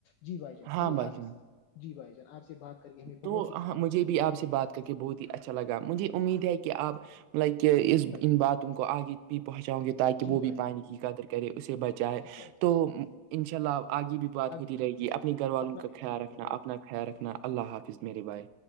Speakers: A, on the left (about 80°); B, on the right (about 85°).
A: جی بھائی جان
B: ہاں
A: چلیے
B: بھائی
A: آپ
B: جان
A: جی بھائی جان آپ سے بات کر کے ہمیں بہت
B: تو
A: ہی
B: ہ مجھے بھی آپ سے بات کر کے بہت ہی اچھا لگا مجھے امید ہے کہ آپ لائک
A: جی
B: اس
A: بھائی
B: ان باتوں ان کو آگے بھی پہنچاؤں گے تاکہ
A: جی
B: وہ
A: بھائی
B: بھی پانی کی قدر کرے اسے بچائے
A: جی بھائی جان
B: تو ان شاء اللہ آگے بھی بات
A: آگے
B: ہوتی رہے گی اپنی گھر والوں
A: اپنا
B: کا خیال
A: رکھیں
B: رکھنا
A: بھائی،
B: اپنا خیال رکھنا اللہ حافظ میرے بائے